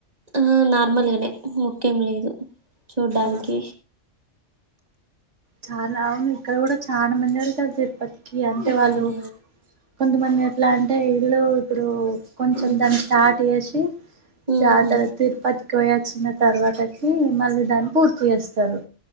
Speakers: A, on the right; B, on the right.
A: ఆ నార్మల్గానే ముఖ్యం లేదు చూడ్డానికి
B: ఆహా చాలా అవును ఇక్కడ కూడా ఛా మజర కతే ప క అంతే
A: అవును
B: వాళ్ళు కొంతమంది ఎట్లా అంటే ఇల్లు ఇప్పుడు కొంచెం
A: ఉమ్,
B: దాన్ని స్టార్ట్ చేసి
A: ఉహు
B: జాతర తిరుపతి ఎక్కువ వచ్చిన తర్వాతకి మళ్ళీ దాన్ని పూర్తి చేస్తారు